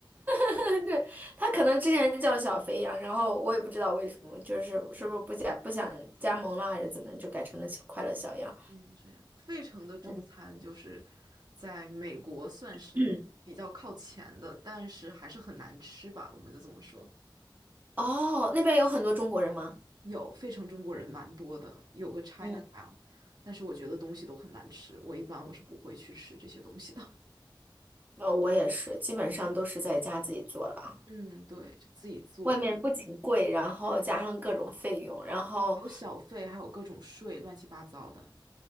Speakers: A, on the right; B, on the right.
A: <laughs> 对，他可能之前叫小肥羊，然后我也不知道为什么，就是是不是不加不想加盟了，还是怎么就改成了小快乐小羊。
B: 嗯，这样，费城的中餐就是
A: 嗯
B: 在美国算是比较靠前的，
A: 嗯，
B: 但是还是很难吃吧，我们就这么说。
A: 哦，那边有很多中国人吗？
B: 有费城中国人蛮多的，有个 Chinatown，
A: 嗯，
B: 但是我觉得东西都很难吃，我一般我是不会去吃这些东西的。
A: 呃，我也是，基本上都是在家自己做了啊。
B: <laughs> 嗯，对，就自己做，
A: 外面不仅贵，
B: 可能
A: 然后加上各种费用，然后。
B: 还有小费，还有各种税，乱七八糟的。